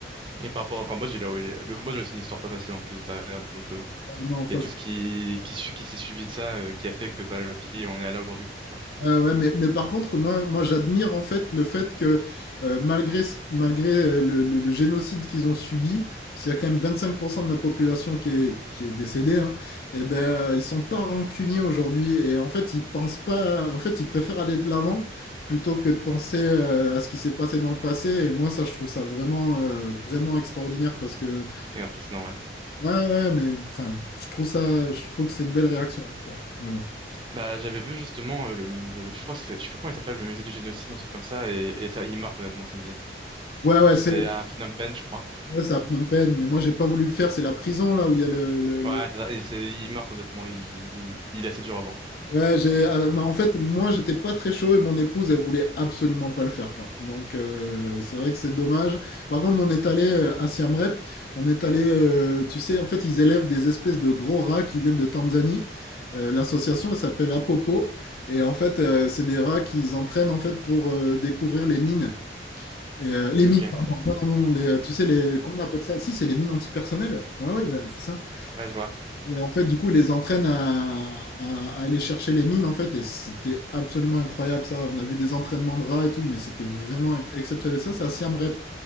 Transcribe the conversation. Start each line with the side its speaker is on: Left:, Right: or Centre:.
Right: Et par rapport au Cambodge, il a, le Cambodge, c'est une histoire pas facile en plus derrière, donc, euh,
Left: Euh, Non, ça,
Right: il y a tout ce qui, qui, su- qui s'est suivi de ça, euh, qui a fait que bah, le pied, on est là aujourd'hui, quoi.
Left: Ah ouais, mais, mais par contre, moi, moi j'admire en fait le fait que euh, malgré, ce- malgré euh, le, le- le génocide qu'ils ont subi, parce qu'il y a quand même 25% de la population qui est, qui est décédée, hein, et ben, ils sont pas rancuniers aujourd'hui. Et en fait, ils pensent pas, en fait, ils préfèrent aller de l'avant plutôt que de penser euh, à ce qui s'est passé dans le passé. Et moi, ça, je trouve ça vraiment, euh, vraiment extraordinaire parce que,
Right: Et impressionnant, ouais.
Left: ouais, ouais, mais enfin, je trouve ça, je trouve que c'est une belle réaction en tout cas. Mais bon.
Right: Bah, j'avais vu justement euh, le, le- je crois que c'est, je sais plus comment il s'appelle, le musée du génocide, un truc comme ça, et, et ça, il marque honnêtement ce musée.
Left: Ouais, ouais,
Right: C'était
Left: c'est
Right: à Phnom Penh, je crois.
Left: Ouais, c'est à Phnom Penh, mais moi j'ai pas voulu le faire, c'est la prison là où il y a le, le- le-
Right: Ouais, c'est ça, et c'est, il marque honnêtement, il, il, il est assez dur à voir.
Left: Ouais, j'ai... ah, mais En fait, moi j'étais pas très chaud et mon épouse elle voulait absolument pas le faire quoi. Donc euh, c'est vrai que c'est dommage. Par contre, on est allé euh, à Siem Reap, on est allé, euh, tu sais, en fait ils élèvent des espèces de gros rats qui viennent de Tanzanie. Euh, l'association elle s'appelle Apopo et en fait euh, c'est des rats qu'ils entraînent en fait pour euh, découvrir les mines. Et, euh, les
Right: Ok,
Left: mines, pardon. Non, non, non, les, euh, tu sais, les, comment on appelle ça? Si, c'est les mines antipersonnelles. Ouais, ouais, ben, c'est ça.
Right: ouais, je vois.
Left: Et en fait, du coup, il les entraîne à, à- à aller chercher les mines, en fait, et c'était absolument incroyable ça. On a vu des entraînements de rats et tout, mais c'était vraiment ex- exceptionnel. Ça, c'est à Siam Rep,